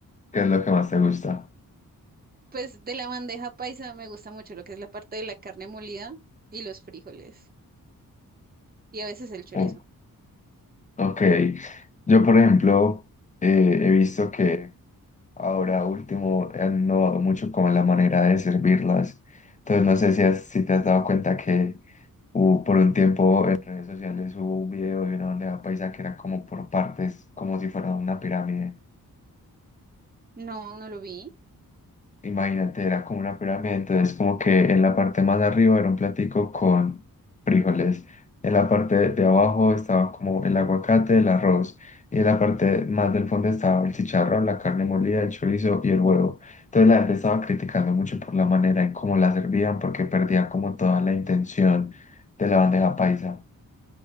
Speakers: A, on the left (about 20°); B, on the right (about 25°).
A: ¿qué es lo que más te gusta?
B: Pues de la bandeja paisa me gusta mucho lo que es la parte de la carne molida y los frijoles y a veces el chorizo.
A: Uh, ok, yo por ejemplo, eh, he visto que Ahora último, han innovado mucho con la manera de servirlas. Entonces no sé si, has- si te has dado cuenta que hubo por un tiempo en redes sociales hubo un video de una bandeja paisa que era como por partes, como si fuera una pirámide.
B: No, no lo vi.
A: Imagínate, era como una pirámide, entonces como que en la parte más de arriba era un platico con frijoles, en la parte de abajo estaba como el aguacate, el arroz, y en la parte más del fondo estaba el chicharrón, la carne molida, el chorizo y el huevo. Entonces la gente estaba criticando mucho por la manera en cómo la servían porque perdía como toda la intención de la bandeja paisa.